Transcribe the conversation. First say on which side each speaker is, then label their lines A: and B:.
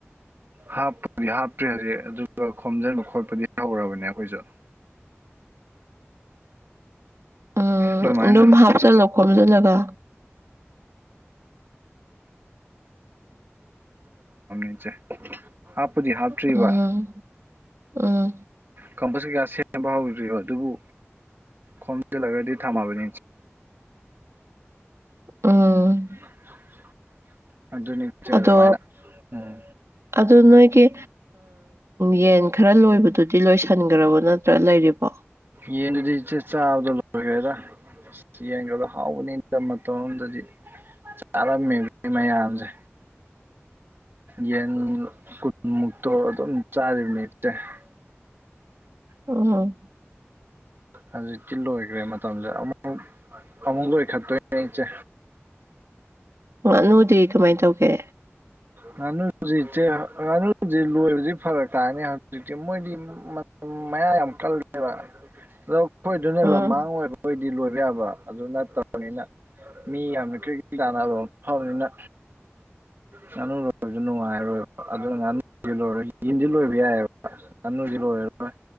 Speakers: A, on the right; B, on the right.
A: ꯍꯥꯞꯄꯗꯤ ꯍꯥꯞꯇ꯭ꯔꯤ ꯍꯧꯖꯤꯛ ꯑꯗꯨꯒ ꯈꯣꯝꯖꯤꯟꯕ ꯈꯣꯠꯄꯗꯤ ꯍꯧꯔꯦ꯫ <inaudible> ꯑꯩꯈꯣꯏꯖꯨ꯫
B: ꯎꯝ
A: ꯑꯗꯨꯃꯥꯏꯅ
B: ꯑꯗꯨꯝ ꯍꯥꯞꯆꯜꯂꯣ ꯈꯣꯝꯖꯜꯂꯒ꯫
A: <inaudible> ꯏꯆꯦ ꯍꯥꯞꯄꯨꯗꯤ ꯍꯥꯞꯇꯔꯤꯕ꯫
B: ꯎꯝ ꯎꯝ
A: ꯀꯝꯄꯁ ꯀꯩ ꯀꯀꯥ ꯁꯦꯝꯕ ꯍꯧꯗ꯭ꯔꯤꯕ ꯑꯗꯨꯕꯨ ꯈꯣꯝꯖꯤꯜꯂꯒꯗꯤ ꯊꯝꯃꯕꯅꯤ꯫
B: ꯎꯝ꯫
A: <unintelligible> ꯑꯗꯨꯅꯤ꯫ ꯏꯆꯦ
B: ꯑꯗꯣ
A: ꯑꯗꯨꯃꯥꯏꯅ ꯎꯝ
B: ꯑꯗꯣ ꯅꯣꯏꯒꯤ ꯌꯦꯟ꯫ ꯈꯔ ꯂꯣꯏꯕꯗꯨꯗꯤ ꯂꯣꯏꯁꯟꯈꯒ꯭ꯔꯕ ꯅꯠꯇ꯭ꯔ ꯂꯩꯔꯤꯕꯣ꯫
A: ꯌꯦꯟꯗꯨꯗꯤ ꯆꯦ ꯆꯥꯕꯗ ꯂꯣꯏꯒ꯭ꯔꯦꯗ꯫ ꯌꯦꯡꯒꯗꯣ ꯍꯥꯎꯕꯅꯤ ꯃꯇꯝ ꯑꯃꯗꯗꯤ ꯆꯥꯔꯝꯃꯤꯕ ꯃꯌꯥꯝꯁꯦ꯫ ꯌꯦꯟ ꯀꯨꯟꯃꯨꯛꯇꯣ ꯑꯗꯨꯝ ꯆꯥꯔꯤꯕ <unintelligible>
B: ꯑꯣ ꯍꯣ꯫
A: ꯍꯧꯖꯤꯛꯇꯤ ꯂꯣꯏꯈ꯭ꯔꯦ ꯃꯇꯝꯁꯦ ꯑꯃꯨꯛ ꯑꯃꯨꯛ ꯂꯣꯏꯈꯛꯇꯣꯏꯅꯦ ꯏꯆꯦ
B: ꯉꯥꯅꯨꯗꯤ ꯀꯃꯥꯏꯅ ꯇꯧꯒꯦ
A: ꯉꯥꯅꯨꯖꯤꯠꯁꯦ ꯉꯥꯅꯨꯖꯤꯠ ꯂꯣꯏꯕꯗꯤ ꯐꯔꯛ ꯇꯥꯔꯅꯤ ꯍꯧꯖꯤꯛꯇꯤ ꯃꯣꯏꯗꯤ
B: <unintelligible>
A: ꯃꯌꯥ ꯌꯥꯝ ꯀꯜ ꯂꯦꯕ ꯑꯩꯈꯣꯏꯗꯨꯅ
B: ꯎꯝ
A: ꯂꯝꯃꯥꯡ ꯑꯣꯏꯕꯣꯏꯗꯤ ꯂꯣꯏꯕ ꯌꯥꯕ ꯑꯗꯨ ꯅꯠꯇꯕ ꯐꯅꯤꯅ ꯃꯤ ꯌꯥꯝꯅ ꯀ꯭ꯔꯤꯀꯦꯠ ꯇꯥꯟꯅꯕ ꯑꯃ ꯐꯕꯅꯤꯅ ꯉꯥꯅꯨ ꯂꯣꯏꯕꯁꯨ ꯅꯨꯡꯉꯥꯏꯔꯣꯏꯕ ꯑꯗꯨꯅ ꯉꯥꯅꯨ ꯂꯣꯏꯔꯔꯣꯏ ꯌꯦꯟꯗꯤ ꯂꯣꯏꯕ ꯌꯥꯏꯌꯦꯕ ꯉꯥꯅꯨꯗꯤ ꯂꯣꯏꯔꯔꯣꯏ